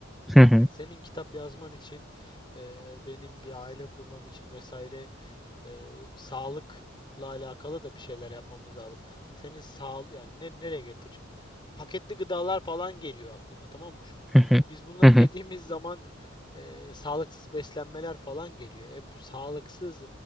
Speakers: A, in the centre; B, on the left.
A: Hı hı,
B: senin kitap yazman için, e, benim bir aile kurmam için vesaire e, sağlıkla alakalı da bir şeyler yapmamız lazım. Senin sağ yani ne, nereye getireceğim? Paketli gıdalar falan geliyor aklıma tamam mı şu an?
A: hı hı,
B: Biz bunları
A: hı hı,
B: yediğimiz zaman e, sağlıksız beslenmeler falan geliyor. E bu sağlıksız